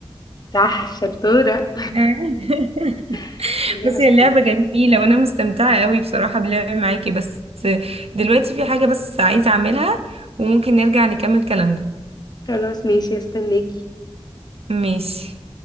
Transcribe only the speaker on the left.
صح شطورة
<laughs> إجابة
صحيحة
خلاص ماشي استناكي